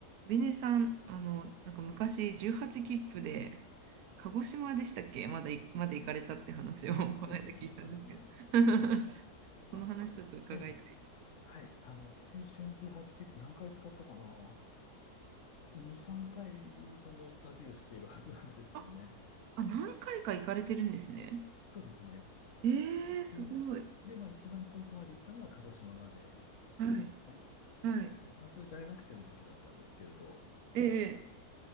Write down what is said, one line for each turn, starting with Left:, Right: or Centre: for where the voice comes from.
Right: ベネさん、あの、なんか昔18切符で、鹿児島でしたっけまだい、まで行かれたって話を <laughs>
Left: あ、そうですね。
Right: この間聞いたんですけど
Left: そうですね。
Right: <laughs>
Left: はい。
Right: その話ちょっと伺いたいです。
Left: まあ、すええ。はい。あの、青春18切符何回使ったかな ?2、3回その旅をしているはずなんですよね。
Right: あ、あ、何回か行かれてるんですね。
Left: そうですね。
Right: え
Left: で、
Right: ー、すごい。
Left: で、まあ一番遠くまで行ったのは鹿児島まで行ったんですね。
Right: はい、はい。
Left: まあそれ大学生の時だったんですけれど、
Right: ええ